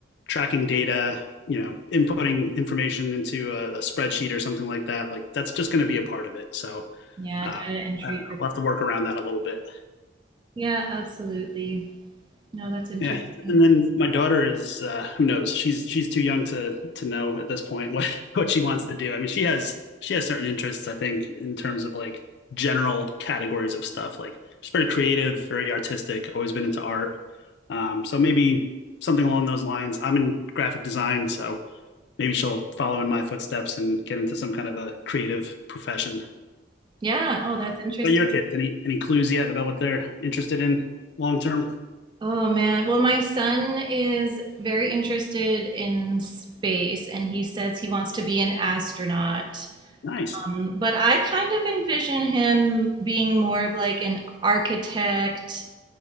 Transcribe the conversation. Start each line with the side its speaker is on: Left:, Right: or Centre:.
Left: tracking data, you know, inputting information into a, a spreadsheet or something like that, like that's just going to be a part of it. So
Right: yeah,
Left: um,
Right: data entry.
Left: I don't know.
Right: report-
Left: We'll have to work around that a little bit.
Right: Yeah, absolutely. No, that's interesting.
Left: Yeah, and then my daughter is uh, who knows? She's she's too young to to know at this point what <laughs> what she wants to do. I mean, she has she has certain interests. I think in terms of like general categories of stuff. Like she's very creative, very artistic. Always been into art. Um, so maybe something along those lines. I'm in graphic design, so maybe she'll follow in my footsteps and get into some kind of a creative profession.
Right: Yeah, oh, that's interesting.
Left: But your kids, any any clues yet about what they're interested in long term?
Right: Oh man. Well, my son is very interested in space and he says he wants to be an astronaut.
Left: Nice.
Right: Um, but I kind of envision him being more of like an architect,